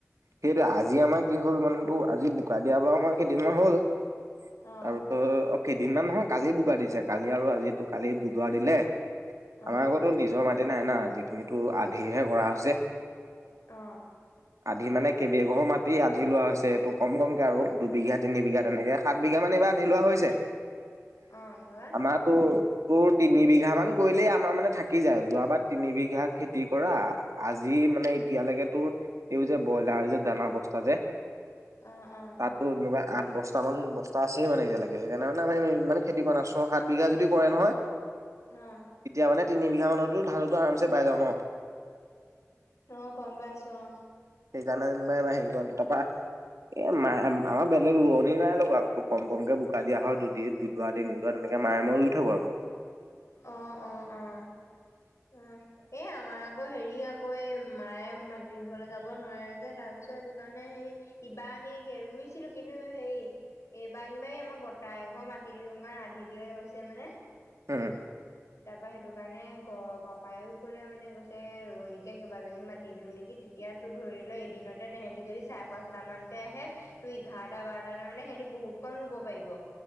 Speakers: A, on the right; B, on the left.
A: সেইটা আজি আমাৰ কি হ'ল মানে তোৰ আজি বোকা দিয়া বাৰ আমাৰ কেইদিনমান হ'ল।
B: অ
A: আৰু কেইদিনমান নহয় কালি বোকা দিছে, কালি আৰু আজিতো কালি দুডুৱৰা দিলে
B: অ
A: আমাৰ আগতো নিজৰ মা তে নাই না যিখিনিতো আধিহে কৰা হৈছে।
B: অ।
A: আধি মানে কেইবেঘৰ মাটি আন্ধি লোৱা হৈছে এইটো কম কমকৈ আৰু দুবিঘা - তিনিবিঘা তেনেকে সাত বিঘা মান এইবাৰ আধি লোৱা হৈছে,
B: অ তাৰপা
A: আমাৰটো তোৰ তিনি বিঘামান কৰিলেই আমাৰ মানে থাকি যায়, যোৱাবাৰ তিনিবিঘা খেতি কৰা আজি মানে এতিয়ালৈকে তোৰ এই যে ব্ৰইলাৰ যে দানা বস্তা যে
B: আ আ।
A: তাতো এনেকুৱা আঠ বস্তামান বস্তা আছেই মানে এতিয়ালৈকে সেইকাৰণে মানে আমি ইমান খেতি কৰা নাছ ছয় - সাত বিঘা যদি কৰে নহয়
B: অ
A: তেতিয়া মানে তিনি - বিঘামানতো ধানটো আৰামচে পাই যাওঁ ন।
B: অ গম পাইছো অ।
A: সেইকাৰনে যেনিবা মাই সেই কৰ তাৰপা এ মা আমাৰ বেলেগ ৰোৱনী নাই লগোৱা আকো কম - কমকে বোকা দিয়া হয় দুদিত। দুডুৱাদিন - তিনিদৰা তেনেকে মায়ে মই ৰুই থাকো আৰু।
B: অ অ অ উম, এ আমাৰ আকৌ হেৰি আকৌ এই মায়ে মাটি ৰুবলৈ যাব নোৱাৰে যে তাৰপিছ তটো কাৰণে সেই কিবা আমি ৰুইছিলো কিন্তু সেই এইবাৰ যেনিবাৰি আমাৰ বৰ্তা ঘৰ মাটি ৰঙা ৰাধি দিলে ৰৈছে মানে
A: উম।
B: তাৰপৰা সেইটো কাৰণে ঘৰৰ পাপায়েও কলে মানে কৈছে ৰুৱনীকে কেইবাজনী মাতি দিও নেকি তে এতিয়াতো ধৰি ল এদিনতে তেহেতি যদি চাৰে- পাঁচটা মান তেহে, তুমি এঘাৰটা- বাৰটালৈ মানে সিহতি বহুতকন ৰুব পাৰিব।